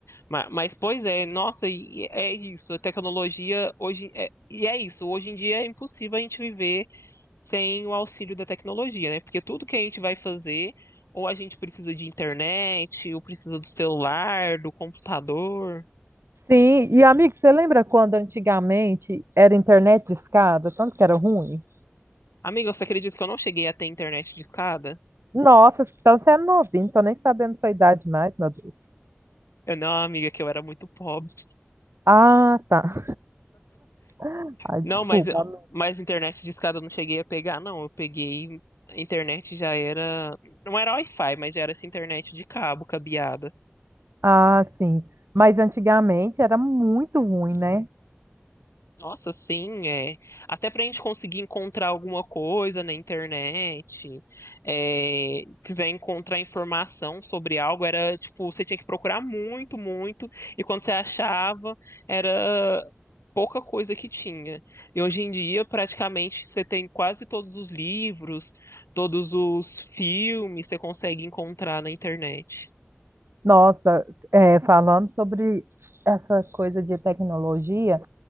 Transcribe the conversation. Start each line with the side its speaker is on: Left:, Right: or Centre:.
Left: Ma- Mas, pois é, nossa, e é isso. A tecnologia hoje. é- e é isso. Hoje em dia é impossível a gente viver sem o auxílio da tecnologia, né? Porque tudo que a gente vai fazer, ou a gente precisa de internet, ou precisa do celular, do computador.
Right: Sim, e amigo, você lembra quando antigamente era internet de escada, tanto que era ruim?
Left: Amiga, você acredita que eu não cheguei a ter internet de escada?
Right: Nossa, então você é novinho, tô nem sabendo sua idade mais, meu Deus.
Left: Eu não, amiga, que eu era muito pobre.
Right: Ah, tá. <laughs> Ai,
Left: Não,
Right: desculpa.
Left: mas, mas internet de escada eu não cheguei a pegar, não. Eu peguei. A internet já era. Não era Wi-Fi, mas já era essa internet de cabo, cabeada.
Right: Ah, sim. Mas antigamente era muito ruim, né?
Left: Nossa, sim, é. Até para a gente conseguir encontrar alguma coisa na internet, é, quiser encontrar informação sobre algo, era tipo, você tinha que procurar muito, muito, e quando você achava, era pouca coisa que tinha. E hoje em dia, praticamente, você tem quase todos os livros, todos os filmes, você consegue encontrar na internet.
Right: Nossa, é, falando sobre essa coisa de tecnologia,